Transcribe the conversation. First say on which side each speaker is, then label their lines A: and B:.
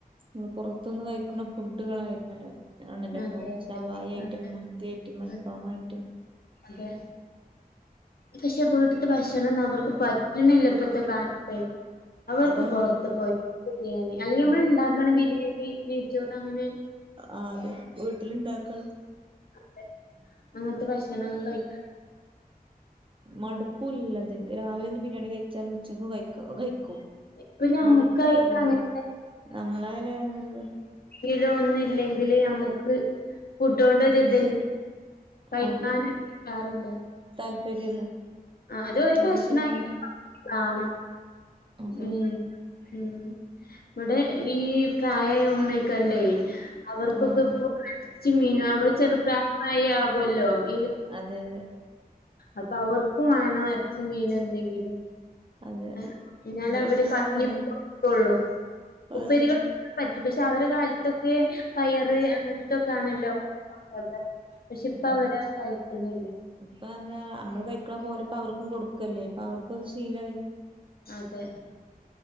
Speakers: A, on the right (about 35°); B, on the left (about 75°).
A: മ്മള് പൊറത്ത്ന്ന് കയ്ക്കുന്ന ഫുഡുകളായിരുന്നല്ലോ. ആണല്ലൊപ്പൊ
B: അതെ അതെ
A: ശവായി ആയ്റ്റും
B: അതെ അതെ
A: മന്തിയയ്റ്റും മൽഫാമയ്റ്റും.
B: അതെ അതെ പക്ഷെ വീട്ട്ത്തെ ഭക്ഷണൊന്നും അവർക്ക് പറ്റ്ണില്ല ഇപ്പത്തെ കാലത്ത്. അവർക്ക്
A: അതാണ്
B: പുറത്ത് പോയി ബിരിയാണി അല്ലെങ്കിൽ നമ്മൾ
A: അതെ
B: ഉണ്ടാക്കണ ബിരിയാണി നെയ്ച്ചോറ് അങ്ങനെ
A: ആഹ് അതെ വീട്ടിലുണ്ടാക്കണം
B: അതെ അങ്ങനത്തെ ഭക്ഷണം കഴിക്ക്
A: മടുപ്പുല്ലത് രാവിലെ ബിരിയാണി കയ്ച്ചാലും. ഇച്പ്പോ കൈക്കോ കൈക്കും
B: ഇപ്പൊ നമ്മുക്കായിട്ട്
A: മടുപ്പും വരുന്നില്ലേ
B: അങ്ങനെ
A: നമ്മളായാലും അങ്ങനെ തന്നെ
B: ഇലൊ ഒന്നും ഇല്ലെ ഇതില് ഞമ്മക്ക് ഫുഡോണ്ടൊരിത്
A: അതെ
B: കയിക്കാൻ
A: അത്
B: കയ്യാറില്ല
A: താല്പര്യല്ല
B: ആദ്യോ ഒരു കശ്നണം
A: അത് ശരിയാണ്
B: അയിന്റെ മോള്ള് കാണം
A: അതെ
B: ഉം ഉം ഇവിടെ ഈ പ്രായായ ഉമ്മേ കണ്ടേ
A: ഉം
B: അവർക്കൊക്കെ
A: ഓ
B: ഇപ്പോ എറച്ചിയു മീനാ അവര് ചാറു തൈ ആകല്ലോ ഈ
A: അതെ അതെ
B: അപ്പൊ അവർ. എൻക്കും വേണോ എറച്ചീമീനെന്തെങ്കിലും
A: അതെ
B: ഏഹ എനാല
A: ഇവിടെക്കെ
B: ഇവര്
A: അങ്ങനെ
B: കഞ്ഞിപോലു
A: തന്നെ
B: ഉള്ളൂ
A: പഴയത്
B: ഉപ്പേരികളൊക്കെ പറ്റും പക്ഷെ അവരെ കാലത്തൊക്കെ പയറ് അങ്ങൻതൊക്കെ ആണല്ലോ കൊടുക്ക പക്ഷെ ഇപ്പ
A: ഉം
B: അവരത് കഴിക്കുന്നില്ല
A: ഇപ്പ എന്നാ നമ്മള് കഴിക്കണപോലെ ഇപ്പവർക്കും കൊടുക്കല്ലേ അപ്പൊ അവർക്കത് ശീലാമായി
B: അതെ